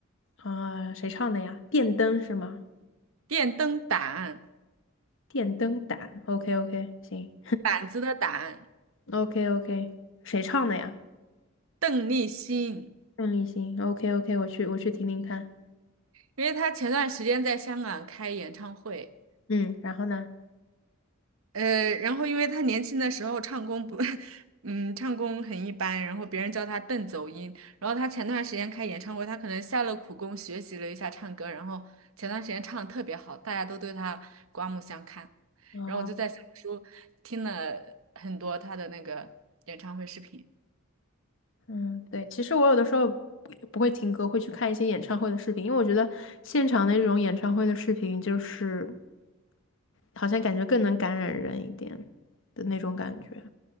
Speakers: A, on the left; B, on the right.
A: 啊，谁唱的呀？电灯是吗？
B: 电灯胆，
A: 电灯胆，OK OK，行
B: 胆子的胆，
A: ，OK OK，谁唱的呀？
B: 邓丽欣，
A: 邓丽欣，OK OK，我去我去听听看。
B: 因为她前段时间在香港开演唱会，
A: 嗯，然后呢？
B: 呃，然后因为他年轻的时候唱功不，<laughs> 嗯，唱功很一般，然后别人叫他邓走音。然后他前段时间开演唱会，他可能下了苦功学习了一下唱歌，然后前段时间唱的特别好，大家都对他刮目相看。
A: 啊，
B: 然后我就在小红书听了很多他的那个演唱会视频。
A: 嗯，对，其实我有的时候不不会听歌，会去看一些演唱会的视频，因为我觉得现场的这种演唱会的视频，就是好像感觉更能感染人一点的那种感觉。